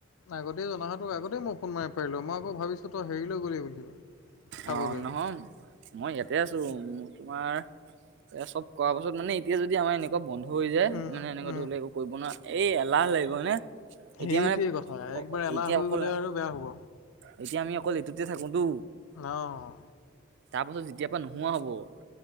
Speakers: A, on the left; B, on the right.
A: আগতেই জনা তোক হ'লেতো আগতে মই ফোন মাৰিব পাৰিলো, মই আকৌ ভাবিছো তই হেৰি লৈ গ'লি বুলি। খাবলৈ।
B: অঁহ', - নহয়। মই ইয়াতে আছো। তোমাৰ এ চব কৰা পাছত মানে এতিয়া যদি আমাৰ এনেকুৱা- বন্ধ হৈ যায়।
A: উম,
B: মানে এনেকা
A: উম,
B: ধৰি লোৱা আকৌ- কৰিব নোৱাৰা। এই এলাহ লাগিব এনেই এতিয়া
A: সেইটোৱে
B: মানে
A: কথা একবাৰ এলাহ
B: এতিয়া
A: হৈ
B: অকল-
A: গ'লে আৰু বেয়া হ'ব।
B: এতিয়া আমি অকল এইটোতে থাকো তো।
A: অঁহ।
B: তাৰ পাছত যেতিয়াৰ পৰা নোহোৱা হ'ব।